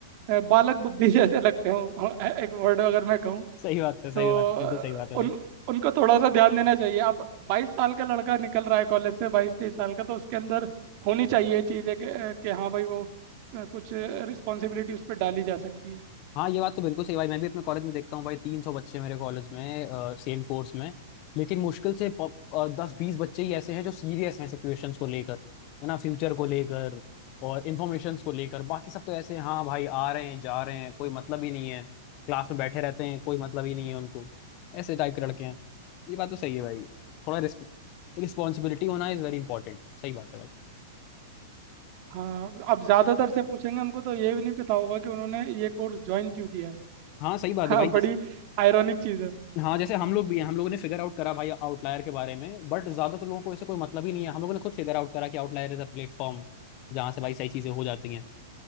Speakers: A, on the right; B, on the left.
A: अ, बालक बुद्धि <laughs> जैसे लगते हो अ, एक वर्ड अगर मैं कहूँ
B: सही बात है सही
A: तो
B: बात है
A: अ,
B: बिल्कुल सही बात है
A: उन
B: भाई
A: उनको थोड़ा सा ध्यान देना चाहिए अब बाईस साल का लड़का निकल रहा है कॉलेज से बाईस तेईस साल का तो उसके अंदर होनी चाहिए चीज़ें कि, अ, कि हाँ भाई वो अ, कुछ रिस्पॉन्सिबिलिटी उस पर डाली जा सकती है
B: हाँ ये बात तो बिल्कुल सही भाई मैं भी अपने कॉलेज में देखता हूँ भाई तीन सौ बच्चे मेरे कॉलेज में सेम कोर्स में लेकिन मुश्किल से पो- अ, दस बीस बच्चे ही ऐसे हैं जो सीरियस हैं सिचुएशंस को लेकर है ना फ्यूचर को लेकर और इन्फॉर्मेशंस को लेकर बाकी सब तो ऐसे हैं, हाँ भाई आ रहे हैं जा रहे हैं कोई मतलब ही नहीं है क्लास में बैठे रहते हैं कोई मतलब ही नहीं है उनको ऐसे टाइप के लड़के हैं ये बात तो सही है भाई थोड़ा रिस्पॉन्सिबिलिटी होना इज वेरी इंपॉर्टेंट सही बात है भाई
A: हाँ अब ज़्यादातर से पूछेंगे उनको तो ये भी नहीं पता होगा कि उन्होंने ये कोर्स ज्वाइन क्यों किया है
B: हाँ सही बात
A: हाँ
B: है भाई
A: बड़ी आयरॉनिक चीज़ है
B: हाँ जैसे हम लोग भी हैं हम लोगों ने फिगर आउट करा भाई आउटलायर के बारे में बट ज्यादातर लोगों को ऐसे कोई मतलब ही नहीं है हम लोगों ने खुद फिगर आउट करा कि आउटलायर इज अ प्लेटफॉर्म जहाँ से भाई सही चीजें हो जाती हैं